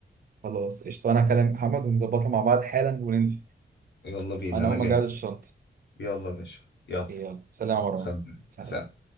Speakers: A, on the right; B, on the left.
A: خلاص قشطة أنا هكلم محمد ونظبطها مع بعض حالا وننزل
B: يلا بينا
A: أنا
B: أنا
A: أقوم
B: جاهز
A: أجهز الشنطة
B: يلا يا باشا يلا
A: يلا سلام يا مروان
B: سلام
A: سلام
B: سلام